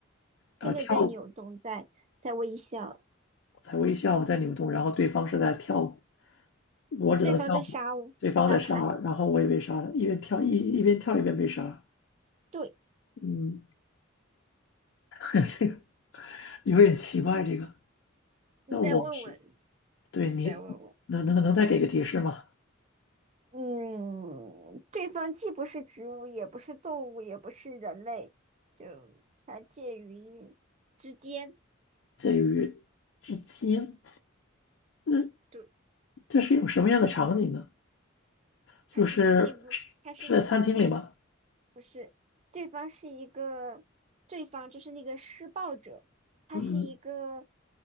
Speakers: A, on the left; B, on the right.
A: 啊，
B: 真的在扭动，
A: 跳舞
B: 在在微笑，
A: 我在微笑，我在扭动，然后对方是在跳舞，我只能跳舞，
B: 对方在杀我，
A: 对方在杀，
B: 杀害。
A: 然后我也被杀了，一边跳一一边跳一边被杀，
B: 对，
A: 嗯。<laughs> 这个有点奇怪，这个。
B: 你再问问，
A: 那我是对你能能能再给个提示吗？
B: 你再问问。嗯，对方既不是植物，也不是动物，也不是人类，就它介于之间。
A: 介于之间，那
B: 对，
A: 这是一种什么样的场景呢？就是是是在餐厅里吗？
B: 它是一个，并不，它是一个，这不是，对方是一个，对方就是那个施暴者，他是一个
A: 嗯，